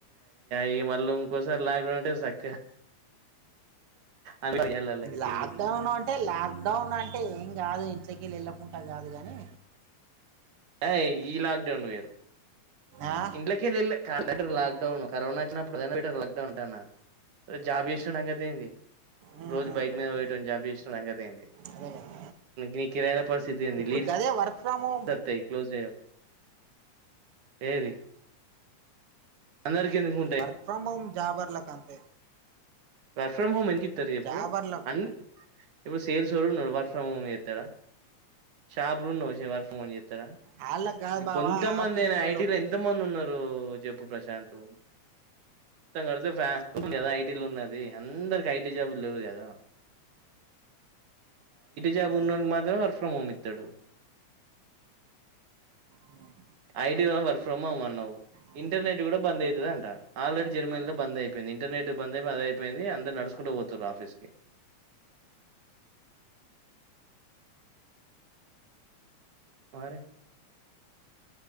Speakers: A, on the right; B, on the right.
A: యి మళ్ళీ ఇంకోసారి లాక్డౌన్ అంటే సక్క అ వెళ్ళాలకి
B: లాక్డౌన్
A: తిండికి
B: అంటే లాక్ డౌన్ అంటే ఏం కాదు ఇంట్లకి వెళ్ అకుంటా కాదు కానీ
A: అ ఈ లాక్డౌన్ వరు
B: ఆ?
A: ఇండ్లకే లే ఇ
B: ఉమ్,
A: లాక్డౌన్ కరోనా వచ్చినప్పుడు లాక్డౌన్ ఉంటా జాబ్ చేసినంగంది
B: ఉమ్,
A: రోజు
B: ఉమ్,
A: బైక్
B: ఉమ్.
A: మీద పోయ జాబ్ చేసిన అంగతి అయింది
B: అదే కదా
A: నీరైన ప స్తింది
B: ఇప్పుడు
A: లీడ్స్
B: గదే వర్క్ ఫ్రమ్ హోమ్
A: సత్యి క్లోజ ఏది అందరికి ఎందుకు ఉంటాయి
B: వర్క్ ఫ్రమ్ హోమ్ జాబర్లకంత
A: వర్క్ ఫ్రమ్ హోమ్ ఎం ఎందుకేస్తారు చెప్పు
B: జాబర్లకు
A: అని ఎప్పుడు సేల్ చూడున్నాడు వర్క్ ఫ్రం హోం చేస్తాడా షాపులో ఉండవ్ వర్క్ ఫ్రొం చేస్తే
B: వాళ్ళకి కాదు బావా
A: కొంతమంది
B: ఆఫీస్లకు
A: అనా ఐటీలో ఎంత మంది ఉన్నారు చెప్పు ప్రశాంత్ కడితే ఫ్యాన్ద ఐటీ లో ఉన్నారు అందరికి ఐటీ జాబు లేవు కదా జాబ్
B: అదే
A: ఉన్ననికి
B: అదే
A: మాత్రం వర్ ఫ్రమ్ హోమ్ ఇది పత్తడు
B: ఉమ్,
A: ఐటీ వర్క్ ఫ్రమ్ అమ్ అన్నావు
B: అదే
A: ఇంటర్నెట్
B: కదా.
A: కూడా బంద్ అవుతుంద అంట ఆల్రెడీ
B: ఉమ్.
A: జర్మనీలో బంద్ అయిపోయింది ఇంటర్నెట్ బంద్ అయి అద అయిపోయింది అందరు నడుచకుంటూ పోతారు ఆఫీస్కి వరి